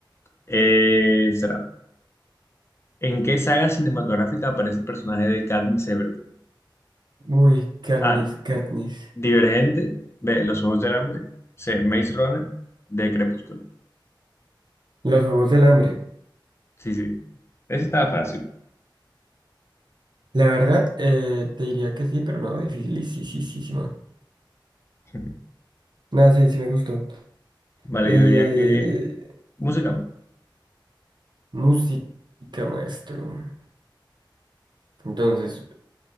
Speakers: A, on the left; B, on the right.
A: eh, será. ¿En qué saga cinematográfica aparece el personaje de Katniss Everdeen?
B: Uy, Katniss,
A: A.
B: Katniss.
A: Divergente. B. Los Ojos del Hambre. C. Maze Runner. D. Crepúsculo.
B: Los Juegos del Hambre.
A: Sí, sí. Ese estaba fácil.
B: La verdad, eh, te diría que sí, pero no, dificilísima.
A: <laughs>
B: Nada, sí, sí me gustó.
A: Vale,
B: Eh,
A: yo diría que música.
B: música, maestro. Entonces,